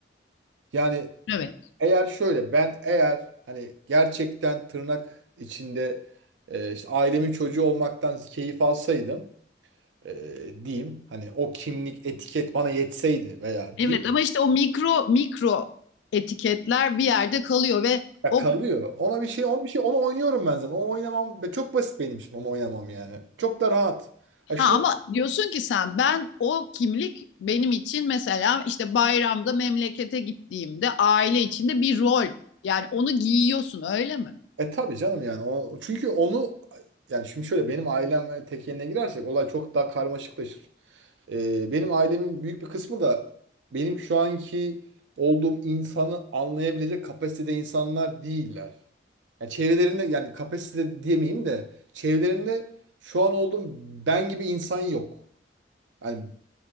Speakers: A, on the right; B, on the left.
A: Yani
B: Evet.
A: Eğer şöyle ben eğer hani gerçekten tırnak içinde e, işte ailemin çocuğu olmaktan keyif alsaydım e, diyeyim hani o kimlik etiket bana yetseydi veya
B: Evet
A: diyeyim
B: ama işte o mikro mikro etiketler bir yerde kalıyor ve
A: ya
B: o
A: kalıyor. Ona bir şey ona bir şey onu oynuyorum ben zaten. Onu oynamam ve çok basit benim için onu oynamam yani. Çok da rahat. Ha şunu
B: Ha ama diyorsun ki sen ben o kimlik benim için mesela işte bayramda memlekete gittiğimde aile içinde bir rol. Yani onu giyiyorsun öyle mi?
A: e tabii canım yani o çünkü onu yani şimdi şöyle benim ailem ve tekeline girersek olay çok daha karmaşıklaşır. Ee, benim ailemin büyük bir kısmı da benim şu anki olduğum insanı anlayabilecek kapasitede insanlar değiller. Yani çevrelerinde yani kapasite diyemeyeyim de çevrelerinde şu an olduğum ben gibi insan yok. Yani